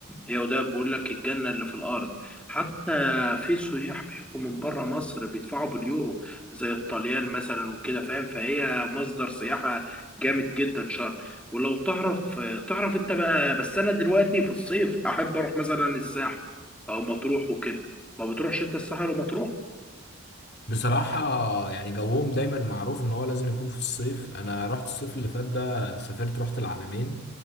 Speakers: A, in the centre; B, on the left (about 50°).
A: هي ودهب بيقول لك الجنة اللي في الأرض حتى في سياح بيجوا من بره مصر بيدفعوا باليورو زي الطليان مثلا وكده فاهم فهي مصدر سياحة جامد جدا شرم ولو تعرف تعرف انت بقى بس انا دلوقتي في الصيف احب اروح مثلا الساحل او مطروح وكده ما بتروحش انت الساحل ومطروح
B: بصراحة يعني جوهم دايما معروف ان هو لازم يكون في الصيف انا رحت الصيف اللي فات ده سافرت رحت العلمين